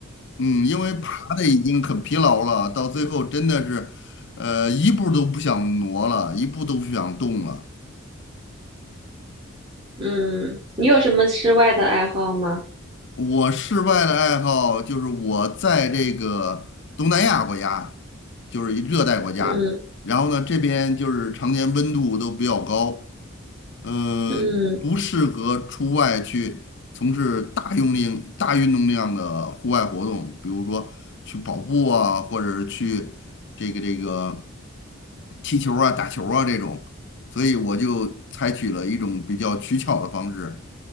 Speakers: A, on the left (about 60°); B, on the right (about 25°).
A: 嗯，因为爬的已经很疲劳了，到最后真的是，呃，一步都不想挪了，一步都不想动了。
B: 嗯，你有什么室外的爱好吗？
A: 我室外的爱好就是我在这个东南亚国家，就是一热带国家，
B: 嗯
A: 然后呢，这边就是常年温度都比较高。嗯、
B: 嗯
A: 呃，不适合出外去从事大用力、大运动量的户外活动，比如说去跑步啊，或者是去这个这个踢球啊、打球啊这种。所以我就采取了一种比较取巧的方式，